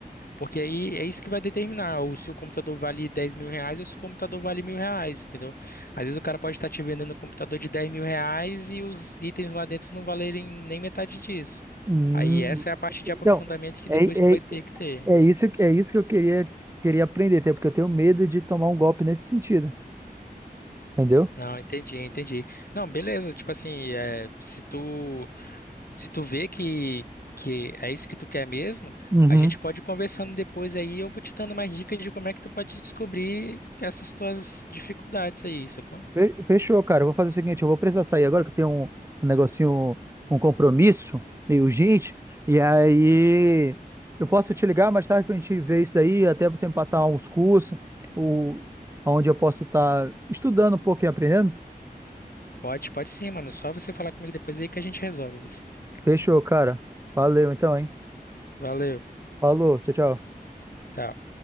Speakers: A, on the left (about 70°); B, on the right (about 15°).
A: porque aí é isso que vai determinar o se o computador vale dez mil reais ou se o computador vale mil reais, entendeu? Às vezes o cara pode estar te vendendo um computador de dez mil reais e os itens lá dentro não valerem nem metade disso.
B: Hum.
A: Aí essa é a parte de
B: Então,
A: aprofundamento que
B: é,
A: depois tu vai
B: é,
A: ter que ter.
B: é isso, é isso que eu queria, queria aprender, até porque eu tenho medo de tomar um golpe nesse sentido, entendeu?
A: Não, entendi, entendi. Não, beleza, tipo assim, é, se tu se tu vê que, que é isso que tu quer mesmo,
B: Uhum.
A: a gente pode ir conversando depois aí, eu vou te dando mais dicas de como é que tu pode descobrir essas tuas dificuldades aí, sacou?
B: Fe- Fechou, cara. Eu vou fazer o seguinte, eu vou precisar sair agora, que eu tenho um, um negocinho, um compromisso meio urgente. E aí eu posso te ligar mais tarde pra gente ver isso aí, até você me passar uns cursos, o, onde eu posso estar estudando um pouco e aprendendo.
A: Pode, pode sim, mano. Só você falar comigo depois aí que a gente resolve isso.
B: Fechou, cara. Valeu então, hein?
A: Valeu.
B: Falou, tchau, tchau.
A: tchau